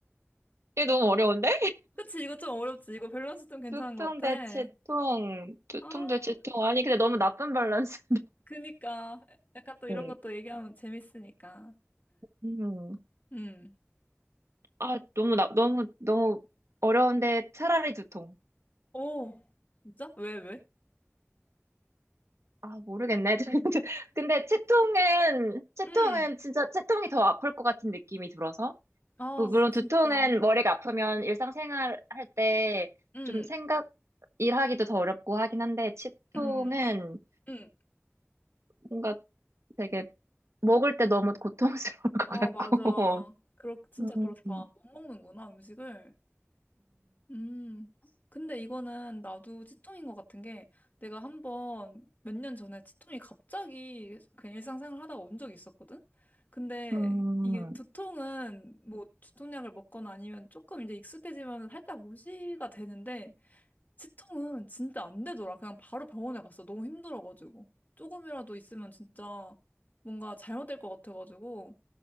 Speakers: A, on the right; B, on the left.
A: 이게 너무 어려운데?
B: 그치, 이거 좀 어렵지. 이거 밸런스 좀 괜찮은
A: 두통
B: 것 같아.
A: 대체통, 두통
B: 아,
A: 대체통. 아니 근데 너무 나쁜 밸런스.
B: 그니까. 약간 또 이런
A: <laughs>
B: 것도 얘기하면 재밌으니까.
A: 음.
B: 음.
A: 아, 너무, 나, 너무, 너무 어려운데 차라리 두통.
B: 오, 진짜? 왜, 왜?
A: 아, 모르겠네. <laughs> 근데 채통은, 채통은
B: 음.
A: 진짜 채통이 더 아플 것 같은 느낌이 들어서.
B: 아,
A: 뭐, 물론 두통은
B: 진짜.
A: 머리가 아프면 일상생활 할 때
B: 음,
A: 좀 생각, 일하기도 더 어렵고 하긴 한데, 치통은
B: 음, 음.
A: 뭔가 되게 먹을 때 너무 고통스러울 것
B: 아,
A: 같고.
B: 맞아. 그렇,
A: <laughs>
B: 진짜
A: 음,
B: 그렇다.
A: 음,
B: 못 먹는구나, 음식을. 음, 근데 이거는 나도 치통인 것 같은 게 내가 한번 몇 년 전에 치통이 갑자기 그냥 일상생활 하다가 온 적이 있었거든? 근데
A: 음,
B: 이게 두통은 뭐 두통약을 먹거나 아니면 조금 이제 익숙해지면 살짝 무시가 되는데 치통은 진짜 안 되더라. 그냥 바로 병원에 갔어. 너무 힘들어가지고. 조금이라도 있으면 진짜 뭔가 잘못될 것 같아가지고